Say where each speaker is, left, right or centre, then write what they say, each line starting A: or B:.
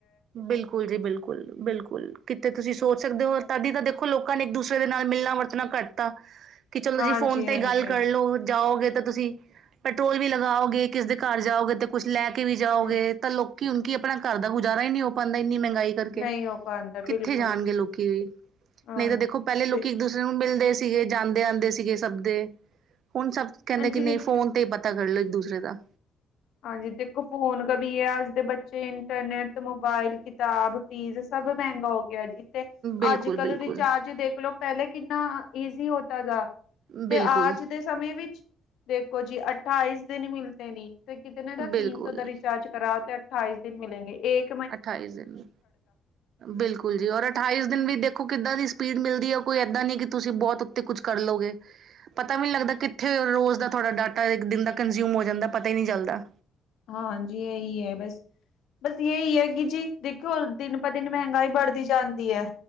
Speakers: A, on the right (about 65°); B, on the left (about 80°).
A: ਬਿਲਕੁਲ ਜੀ ਬਿਲਕੁਲ-ਬਿਲਕੁਲ, ਕਿੱਥੇ ਤੁਸੀਂ ਸੋਚ ਸਕਦੇ ਹੋ। ਤਦੀ ਤਾਂ ਦੇਖੋ ਲੋਕਾਂ ਨੇ ਇੱਕ ਦੂਸਰੇ ਦੇ ਨਾਲ ਮਿਲਣਾ ਵਰਤਣਾ ਘੱਟਤਾ। ਕਿ ਚਲੋ ਤੁਸੀਂ
B: ਹਾਂਜੀ
A: ਫ਼ੋਨ 'ਤੇ
B: ਹਾਂਜੀ
A: ਗੱਲ ਕਰ ਲਓ ਜਾਓਗੇ ਤਾਂ ਤੁਸੀਂ। ਪੈਟਰੋਲ ਵੀ ਲਗਾਓਗੇ ਕਿਸ ਦੇ ਘਰ ਜਾਓਗੇ ਤੇ ਕੁਛ ਲੈ ਕੇ ਵੀ ਜਾਓਗੇ।
B: ਹਮ
A: ਤਾਂ, ਲੋਕੀ ਹੁਣ ਕਿ ਆਪਣਾ ਘਰ ਦਾ ਗੁਜ਼ਾਰਾ ਹੀ ਨਹੀਂ ਹੋ ਪਾਉਂਦਾ। ਇੰਨੀ ਮਹਿੰਗਾਈ। ਕਰਕੇ
B: ਨਹੀਂ ਹੋ ਪਾਉਂਦਾ ਬਿਲਕੁਲ
A: ਕਿੱਥੇ ਜਾਣਗੇ।
B: ਜੀ
A: ਲੋਕੀ
B: ਬਿਲਕੁਲ
A: ਵੀ
B: ਹਾਂਜੀ
A: ਨਹੀਂ ਤਾਂ ਦੇਖੋ ਪਹਿਲੇ ਲੋਕੀ
B: ਦੇ
A: ਇੱਕ ਦੂਸਰੇ। ਮਿਲਦੇ ਸੀਗੇ, ਜਾਂਦੇ-ਆਉਂਦੇ ਸੀਗੇ, ਸਭ ਦੇ ਹੁਣ ਸਭ ਕਹਿੰਦੇ,
B: ਹਾਂਜੀ
A: ਕਿ ਨਹੀਂ ਫੋਨ ਪਤਾ ਕਰ ਲਓ। ਇੱਕ ਦੂਸਰੇ ਦਾ।
B: ਹਾਂਜੀ, ਦੇਖੋ ਫੋਨ ਕਭੀ ਵੀ ਹੈ ਅੱਜ ਦੇ ਬੱਚੇ ਇੰਟਰਨੈਟ ਮੋਬਾਇਲ ਕਿਤਾਬ। ਚੀਜ਼, ਸਭ ਮਹਿੰਗਾ ਹੋ‌ ਗਿਆ ਜੀ। ਤੇ,
A: ਬਿਲਕੁਲ
B: ਅੱਜ ਕੱਲ
A: ਬਿਲਕੁਲ
B: ਰਿਚਾਰਜ ਦੇਖਲੋ, ਪਹਿਲੇ ਕਿੰਨਾ ਈਜ਼ੀ ਹੋਤਾ ਥਾ।
A: ਬਿਲਕੁਲ
B: ਤੇ ਆਜ ਦੇ ਸਮੇਂ ਵਿੱਚ ਦੇਖੋ ਜੀ, ਅਠਾਈਸ ਦਿਨ ਮਿਲਦੇ ਨੀ। ਤੇ, ਕਿਤੇ ਨਾ ਦਾ ਤਿੰਨ
A: ਬਿਲਕੁਲ
B: ਸੌ ਦਾ ਰਿਚਾਰਜ ਕਰਾ ਤੇ ਅਠਾਈਸ ਦਿਨ ਮਿਲਲੇਗੇ। ਇੱਕ
A: ਅਠਾਈਸ ਦਿਨ ਬਿਲਕੁਲ ਜੀ, ਔਰ ਅਠਾਈਸ ਦਿਨ ਵੀ ਦੇਖੋ ਕਿੱਦਾਂ ਦੀ ਸਪੀਡ ਮਿਲਦੀ ਹੈ। ਕੋਈ ਇੱਦਾਂ ਨਹੀਂ ਕਿ ਤੁਸੀਂ ਬਹੁਤ ਉੱਤੇ ਕੁੱਛ ਕਰ ਲਓਗੇ। ਪਤਾ ਵੀ ਨਹੀਂ ਲੱਗਦਾ, ਕਿੱਥੇ ਰੋਜ਼ ਦਾ ਤੁਹਾਡਾ ਡਾਟਾ ਇੱਕ ਦਿਨ ਦਾ ਕੰਜਿਮ ਹੋ ਜਾਂਦਾ। ਪਤਾ ਹੀ ਨਹੀ ਚੱਲਦਾ।
B: ਹਾਂਜੀ, ਇਹੀ ਹੈ ਬਸ, ਬਸ ਇਹੀ ਹੈ ਕਿ ਜੀ। ਦੇਖੋ, ਦਿਨ ਪ ਦਿਨ ਮਹਿੰਗਾਈ ਵੜਦੀ ਜਾਂਦੀ ਐ,